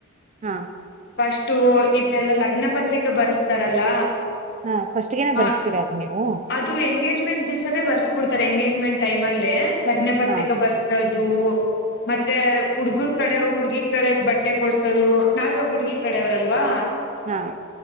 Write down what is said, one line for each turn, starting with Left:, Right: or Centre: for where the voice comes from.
Right: ಹಾ
Left: ಫಸ್ಟು ಇದೆಲ್ಲ ಲಗ್ನ ಪತ್ರಿಕೆ ಬರೆಸ್ತಾರಲ್ಲ
Right: ಹಾ ಫಸ್ಟ್ಗೆನೆ
Left: ಹ
Right: ಬರ್ಸ್ತೀರಾ ಅದು ನೀವು
Left: ಅದು ಎಂಗೇಜ್ಮೆಂಟ್ ದಿವಸಾನೇ ಬರ್ಸ್ ಬಿಡ್ತಾರೆ ಎಂಗೇಜ್ಮೆಂಟ್ ಟೈಮ್ ಅಲ್ಲೇ ಲಗ್ನ ಪತ್ರಿಕೆ
Right: ಹಾ
Left: ಬರ್ಸೋದು ಮತ್ತೆ ಹುಡ್ಗರ್ ಕಡೆಯವರು ಹುಡ್ಗಿ ಕಡೆಗ್ ಬಟ್ಟೆ ಕೊಡ್ಸೋದು ನಾವ ಇವಾಗ ಹುಡ್ಗಿ ಕಡವ್ರಲ್ವಾ
Right: ಹಾ